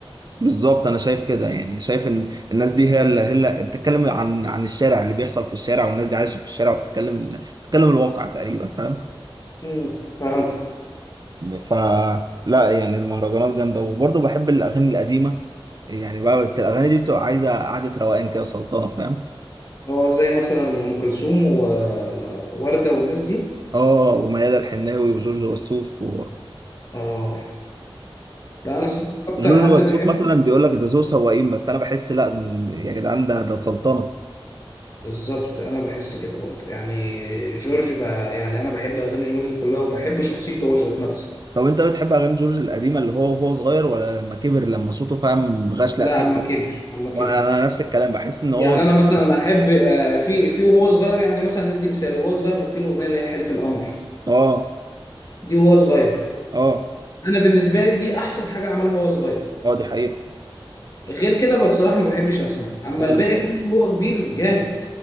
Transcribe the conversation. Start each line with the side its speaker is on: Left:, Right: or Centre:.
Right: بالظبط انا شايف كده يعني شايف ان الناس دي هي اللي هي اللي بتتكلم عن عن الشارع اللي بيحصل في الشارع والناس دي عايشه في الشارع وبتتكلم ال... بتتكلم الواقع تقريبا فاهم
Left: مم. فهمت
Right: ف لا يعني المهرجانات جامده وبرضه بحب الاغاني القديمه يعني بقى بس الاغاني دي بتبقى عايزه قعده روقان كده سلطانه فاهم
Left: هو زي مثلا ام كلثوم ووردة والناس دي
Right: اه وميادة الحناوي وجورج وسوف و...
Left: اه لا انا الصراحه اكتر
Right: جورج
Left: حد
Right: وسوف
Left: بحبه
Right: مثلا بيقول لك ده ذو سواقين بس انا بحس لا يا جدعان ده ده سلطنه
Left: بالظبط انا بحس كده برضو يعني جورج بقى يعني انا بحب اغاني جورج كلها وبحب شخصيته هو ذات نفسه
Right: طب انت بتحب اغاني جورج القديمه اللي هو وهو صغير ولا لما كبر لما صوته فاهم غشلق
Left: لا
Right: كده
Left: اما كبر اما كبر
Right: وانا انا نفس الكلام بحس ان هو
Left: يعني انا
Right: صغير
Left: مثلا احب آه، في في وهو صغير يعني مثلا ندي مثال وهو صغير كان في الاغنيه اللي هي حلف القمر
Right: اه
Left: دي وهو صغير
Right: اه
Left: انا بالنسبه لي دي احسن حاجه عملها وهو صغير
Right: اه دي حقيقه
Left: غير كده بصراحة ما بحبش اسمع اما
Right: اه
Left: الباقي
Right: دي حقيقه
Left: كله هو كبير جامد